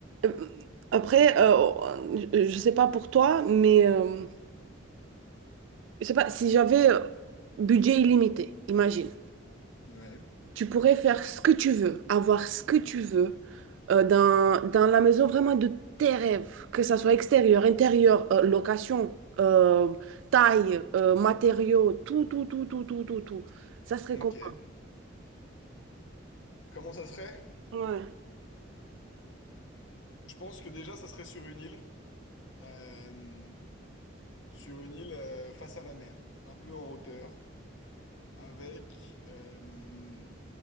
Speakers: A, on the right (about 75°); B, on the left (about 70°).
A: Euh, Après, euh, je sais pas pour toi, mais euh, je sais pas, si j'avais euh, budget illimité, imagine,
B: Ouais,
A: tu pourrais faire ce que tu veux, avoir ce que tu veux euh, dans, dans la maison vraiment de tes rêves, que ça soit extérieur, intérieur, euh, location, euh, taille, euh, matériaux, tout, tout, tout, tout, tout, tout, tout. Ça serait
B: ok.
A: comment?
B: Comment ça serait?
A: Ouais.
B: Je pense que déjà, ça serait sur une île, euh, sur une île euh, face à la mer, un peu en hauteur, avec euh,